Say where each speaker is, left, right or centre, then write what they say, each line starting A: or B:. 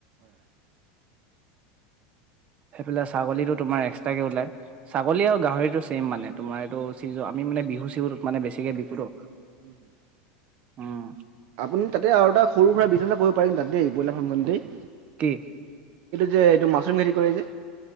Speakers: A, on the right (about 55°); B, on the right (about 30°).
A: <inaudible>
B: সেইফালে ছাগলীটো তোমাৰ এক্স তাকে ওলাই ছাগলী আৰু গাহৰিটো ছেম মানে তোমাৰ এইটো চিজু আমি মানে বিহু চিজুত মানে বেছিকে বিকো ট।
A: <unintelligible>
B: উম।
A: আপুনি তাতে আৰু এটা সৰু সুৰা বিজিনেছ কৰিব পাৰিম তাত দেই ব্ৰইলাৰ ফাৰ্মখনটেই।
B: কি?
A: যে এইটো মাছৰুম খেতি কৰে যে?